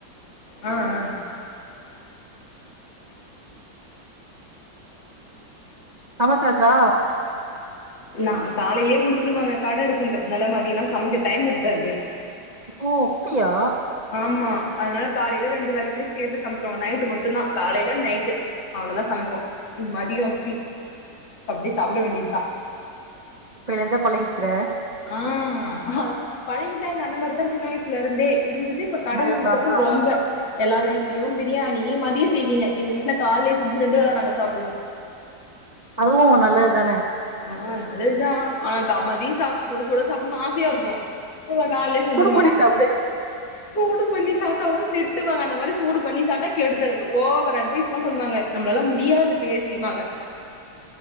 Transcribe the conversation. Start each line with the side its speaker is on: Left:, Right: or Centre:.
Left: ஆ ஆ
Right: சமைச்சாச்சா
Left: நா காலையிலயே முடிச்சிருவேங்க கடை இருக்குன்றதுனால மதியோலா சமைக்க டைம் இருக்காது
Right: ஓ அப்டியா
Left: ஆமா அதனால காலையில ரெண்டு வேலைக்குமே சேர்த்து சமைச்சிடுவாங்க நைட்டு மட்டு தா காலையில நைட்டு அவ்ளோலா சமைப்போ மதியோ ஃப்ரீ அப்டி சாப்பிட வேண்டியது தா
Right: இப்பல இருந்தே பழகிக்கிற
Left: ம் அதுக் பழகிட்டாங்க அந்த மாரிதா சின்ன வயசுல இருந்தே இருந்தது இப்ப கடை வெச்சிதுக்கப்றோ
Right: அதுதா அதா
Left: ரொம்ப எல்லார் வீட்லயு பிரியாணி மதியோ செய்வீங்க எங்க வீட்டுல கால்லையே செஞ்சி ரெண்டு வேல நாங்க சாப்புடுவோ
Right: அதுவு நல்லது தானே
Left: ஆ நல்லதுதா ஆனா க மதியோ சாப் சுட சுட சாப்புட்ணுன்னு ஆசையா இருக்கோ இவங்க கால்லையே செஞ்சிருவாங்க
Right: குடு குடி சாப்டு
Left: சூடு பண்ணி சாப்டாலு திட்டுவாங்க அந்த மாரி சூடு பண்ணி சாப்டா கெடுதல் ஓவர் அட்வைஸ்லாம் பண்ணுவாங்க நம்மலால முடியாது பேசிமால